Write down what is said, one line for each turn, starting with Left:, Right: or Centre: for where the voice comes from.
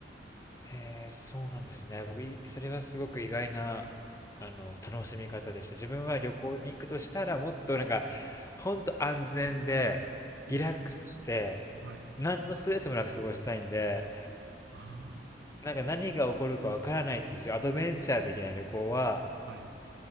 Left: へえ、そうなんですね。僕、いそれはすごく意外な、あの、楽しみ方でした。自分は旅行に行くとしたら、もっとなんか、ほんと安全で、
Right: ええ。
Left: リラックスして、
Right: はい。
Left: 何のストレスもなく過ごしたいんで、
Right: あ
Left: なんか何が起こるかわからないっていう、そういうアドベンチャー的な旅行は、
Right: あ。はい。